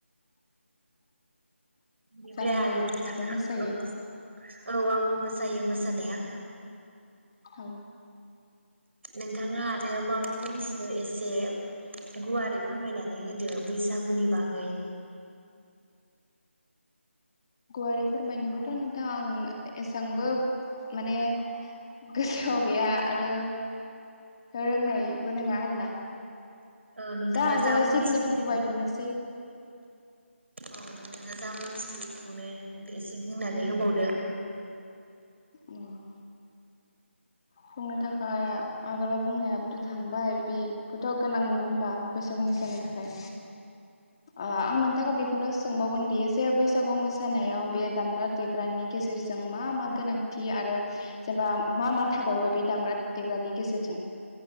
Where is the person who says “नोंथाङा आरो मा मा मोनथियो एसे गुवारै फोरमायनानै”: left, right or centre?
Right